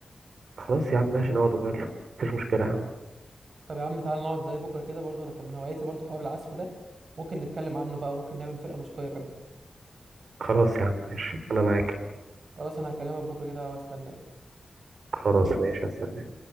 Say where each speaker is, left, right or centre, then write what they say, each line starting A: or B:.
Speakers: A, on the right (about 65°); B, on the right (about 50°).
A: خلاص يا عم ماشي نقعد وماله مفيش مشكلة يا عم
B: طب يا عم تعالى نقعد زي بكره كده برضو انا كان من هواياتي برضو حوار العزف ده ممكن نتكلم عنه بقى وممكن نعمل فرقه موسيقيه كمان
A: خلاص يا عم ماشي أنا معاك يا عم
B: خلاص انا هكلمك بكره كده واستناك
A: خلاص ماشي هستناك